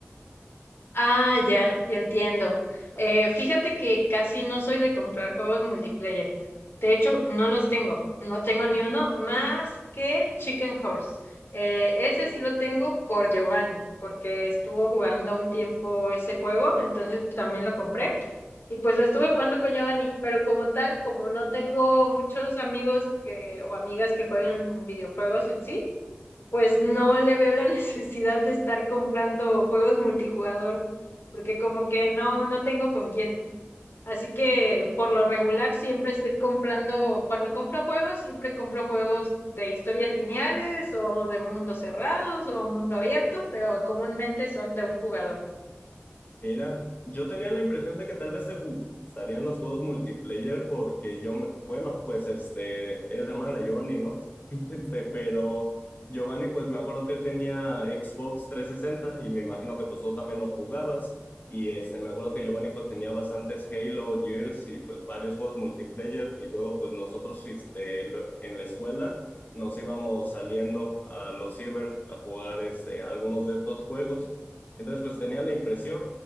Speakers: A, on the left; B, on the left.
A: Ah, ya, ya entiendo. Eh, fíjate que casi no soy de comprar juegos multiplayer. De hecho, no los tengo. No tengo ni uno más que Chicken Horse. Eh, ese sí lo tengo por Giovanni, porque estuvo jugando un tiempo ese juego, entonces también lo compré. Y pues lo estuve jugando con Giovanni, pero como tal, como no tengo muchos amigos que, o amigas que jueguen videojuegos en sí, pues no le veo la <laughs> necesidad de estar comprando juegos multijugador, porque como que no, no tengo con quién. Así que por lo regular siempre estoy comprando, cuando compro juegos, siempre compro juegos de historias lineales o de mundos cerrados o mundo abierto, pero comúnmente son de un jugador.
B: Mira, yo tenía la impresión de que tal vez se jugó. Estarían los juegos multiplayer porque yo, me- bueno, pues este, eres hermana de Giovanni, ¿no? Este, pero Giovanni, pues me acuerdo que él tenía Xbox trescientos sesenta y me imagino que pues tú también lo jugabas. Y este, me acuerdo que Giovanni pues tenía bastantes Halo, Gears y pues varios juegos multiplayer. Y luego pues nosotros este, lo- en la escuela nos íbamos saliendo a los ciber a jugar este, algunos de estos juegos. Entonces pues tenía la impresión,